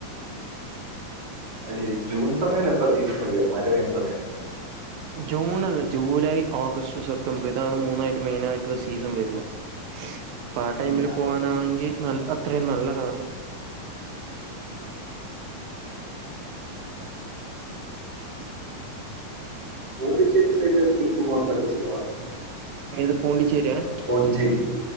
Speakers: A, on the right; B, on the right.
A: അത് ശെരി ജൂൺ സമയല്ലെ എപ്പള് സീസൺ വര്ക മഴ പെയ്യ്ന്ന സമയം
B: ജൂൺ അല്ല ജൂലൈ ഓഗസ്റ്റ് സെപ്റ്റംബർ ഇതാണ് മൂന്നായിട്ട് മെയിനായിട്ട്ള്ള സീസൺ വര്ന്നെ അപ്പൊ ആ ടൈമില്
A: ആണല്ലേ
B: പോവാനാണെങ്കിൽ ന അത്രയും നല്ലതാണ്.
A: പോണ്ടിച്ചേരി സൈഡില് ട്രിപ്പ് പോവാൻ പറ്റ സ്ഥലമാണ്.
B: ഏത് പൂണ്ടിച്ചേരിയ?
A: പോണ്ടിച്ചേരി